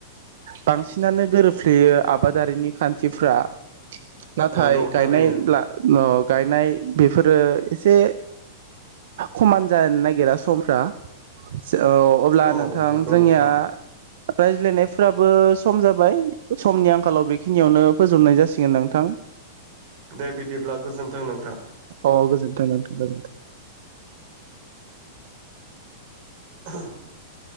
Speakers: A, on the right; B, on the right.
A: बांसिनानो गोरोबफ्लेयो आबादारिनि खान्थिफ्रा नाथाय
B: नंगौ
A: गायनाय
B: थारैनो
A: ब्ला अ गायनाय बेफोरो एसे खमान जानो नागिरा समफ्रा औ अब्ला
B: औ
A: नों थां
B: नंगौ
A: जोंनिया
B: नोंथां
A: रायज्लायनायफ्राबो सम जाबाय समनि आंखालाव बेखिनियावनो फोजोबनाय जासिगोन नोंथां
B: दे बिदिब्ला गोजोन्थों नोंथां
A: औ गोजोन्थों नोंथां गोजोनथों
B: <inaudible>